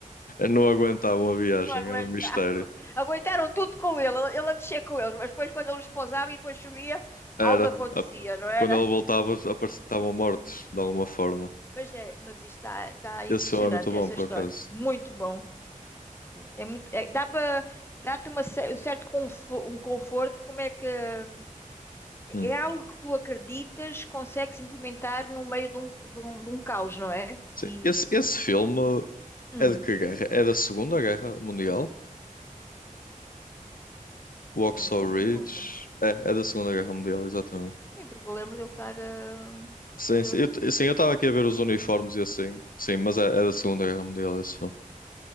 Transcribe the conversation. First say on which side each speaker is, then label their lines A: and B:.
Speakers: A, on the left (about 85°); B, on the left (about 15°).
A: não aguentavam a viagem,
B: Não aguentavam.
A: era um mistério.
B: Aguentaram tudo com ele. Ele a descer com eles, mas depois quando ele os pousava e depois subia,
A: Era.
B: algo acontecia,
A: A-
B: não era?
A: Quando ela voltava, apareci- estavam mortos, de alguma forma.
B: Mas, é, mas isto está está impressionante,
A: Esse filme é muito bom,
B: essa
A: por
B: história.
A: acaso.
B: Muito bom. É muito, é- dá para, dá-te uma cer- um certo confo- um conforto, como é que... hum,
A: Hum,
B: É algo que tu acreditas, consegues implementar no meio de um, de um, de um caos, não é?
A: sim.
B: E...
A: Esse, esse filme
B: hum,
A: é de que guerra? É da Segunda Guerra Mundial? Waxhaw
B: Isso é uma boa
A: Ridge?
B: pergunta.
A: É, é da Segunda Guerra Mundial, exatamente.
B: Sim, porque eu lembro dele estar a.
A: Sim,
B: Era...
A: sim. Eu, t- sim, eu estava aqui a ver os uniformes e assim. Sim, mas é, é da Segunda Guerra Mundial esse filme.